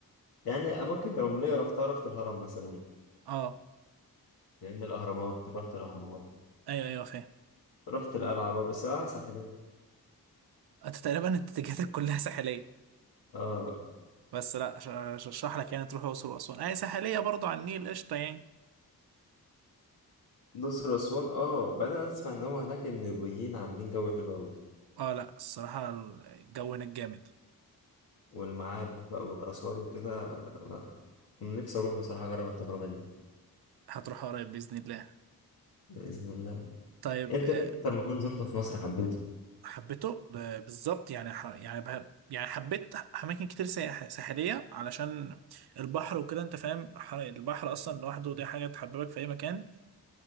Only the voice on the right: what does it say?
اه
ايوه ايوه فاهم
انت تقريبا اتجاهاتك كلها ساحلية
بس لا أش- أش- اشرح لك يعني تروح الأقصر وأسوان اي ساحلية برضه على النيل قشطة يعني
اه لا الصراحة الجو هناك جامد
هتروح قريب بإذن الله
طيب
آه،
حبيته ده بالظبط يعني ح... يعني بح... يعني حبيت اماكن كتير سياح- ساحليه علشان البحر وكده انت فاهم حر- البحر اصلا لوحده دي حاجه تحببك في اي مكان